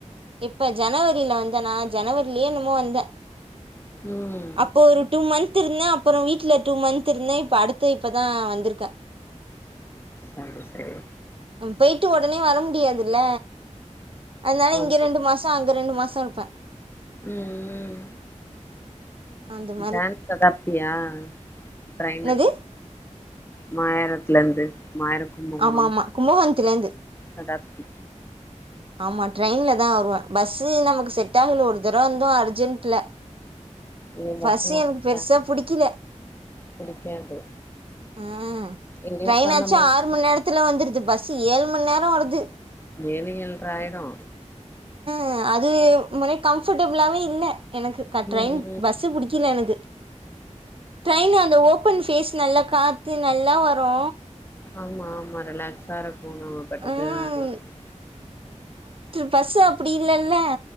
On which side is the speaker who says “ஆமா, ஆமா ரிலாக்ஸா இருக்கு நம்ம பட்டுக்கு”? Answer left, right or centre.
Left